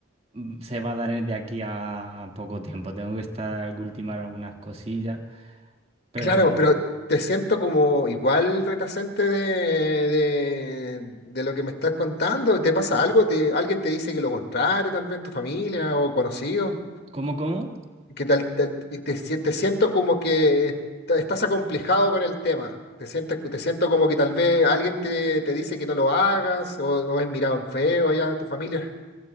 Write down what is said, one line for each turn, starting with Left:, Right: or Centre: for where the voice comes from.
Right: mm, se va a dar de aquí a poco tiempo. Tengo que estar ultimar algunas cosillas, pero
Left: Claro, pero te siento como igual retacente de, de, de lo que me estás contando. ¿Te pasa algo? ¿Te, alguien te dice que lo contrario, tal vez en tu familia o conocidos?
Right: ¿cómo, cómo?
Left: que tal- tal- que te, si- te siento como que ta- estás acomplejado con el tema. Te sientes, te siento como que tal vez alguien te, te dice que no lo hagas o, o es mirado en feo allá en tu familia.